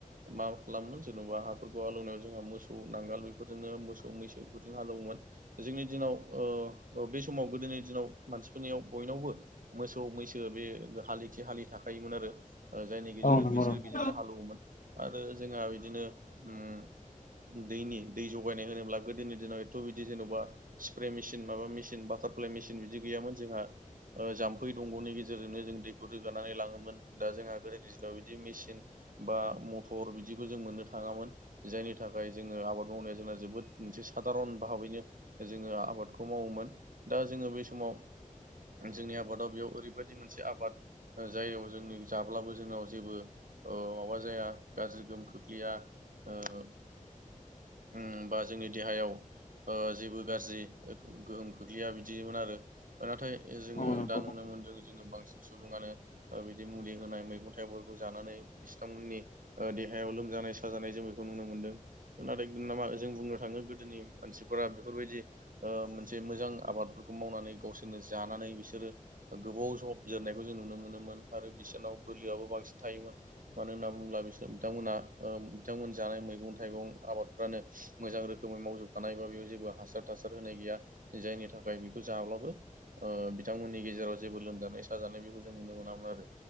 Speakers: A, on the right; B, on the left.
A: मा खालामो जेन'बा हाफोरखौ हालौवनायाव जोंहा मोसौ नांगाल बेफोरजोंनो मोसौ-मैसो बेफोरजों हालौवोमोन। जोंनि दिनाव ओ बे समाव गोदोनि दिनाव मानसिफोरनियाव बयनावबो मोसौ मैसो बे हालिथि हालि थाखायोमोन आरो जायनि गेजेरजों
B: औ नंगौ
A: बिसोरो
B: नोंथां
A: बेजों हालेवोमोन आरो जोंहा बिदिनो उम दैनि दै जगायनाय होनोब्ला गोदोनि दिनाव एथ' बिदि जेन'बा स्प्रे मेसिन माबा मेसिन बाटारफ्लाइ मेसिन बिदि गैयामोन जोंहा जाम्फै दंग'नि गेजेरजों गेजेरजोंनो जों दैखौ रोगानानै लाङोमोन दा जोंहा गोदोनि दिनाव बिदि मेसिन बा म <unintelligible> बिदिखौ जों मोननो थाङामोन जायनि थाखाय जोङो आबाद। मावनाया जोंना जोबोद मोनसे साधारन भाबैनो जोङो आबादखौ मावोमोन। दा जोङो बे समाव जोंनि आबादाव बेयाव ओरैबायदि मोनसे आबाद जाययाव जोंनि जाब्लाबो जोंनाव जेबो ओ माबा जाया गाज्रि गोहोम खोख्लैया ओ ओम बा जोंनि देहायाव ओ जेबो गाज्रि ओ गोहोम खोख्लैया बिदिमोन आरो। राथाय जोङो
B: औ नंगौ
A: दा
B: नोंथां
A: नुनो मोनदों जोङो बांसिन सुबुङानो ओ बिदि मुलि होनाय मैगं थाइगंफोरखौ जानानै बिस्थांमोननि ओ देहायाव लोमजानाय साजानाय जों बेखौ नुनो मोन्दों। नाथाय नामा जों बुंनो थाङो गोदोनि मानसिफोरा बेफोरबायदि ओ मोनसे मोजां आबादफोरखौ मावनानै गावसोरनो जानानै बिसोरो गोबाव <unintelligible> जोरनायखौ जों नुनो मोनोमोन आरो बिसोरनाव बोलोआबो बांसिन थायोमोन। मानो होनना बुङोब्ला बिसोर बिथांमोना ओ बिथांमोन जानाय मैगं-थाइगं आबादफ्रानो मोजां रोखोमै मावजोबखानाय बा बेयाव जेब्ला हासार थासार होनाय गैया जायनि थाखाय बेखौ जाब्लाबो ओ बिथांमोननि गेजेराव जेबो लोमजानाय निसा जानाय बेखौ जों नुनो मोनामोन आरो।